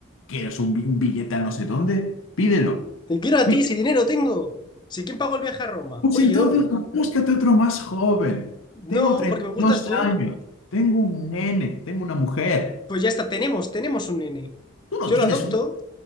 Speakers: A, on the left; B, on the left.
A: ¿Quieres un, bi- un billete a no sé dónde? Pídelo.
B: Te quiero a
A: Pi-
B: ti, si dinero tengo. Si quién pagó el viaje a Roma,
A: Pues
B: fui
A: entonces
B: yo.
A: búscate otro más joven. Tengo
B: No,
A: treinta
B: porque me
A: y
B: gustas
A: dos
B: tú.
A: años. Tengo un nene. Tengo una mujer.
B: Pues ya está, tenemos, tenemos un nene.
A: Tú no
B: Yo
A: tienes
B: lo adopto.
A: un-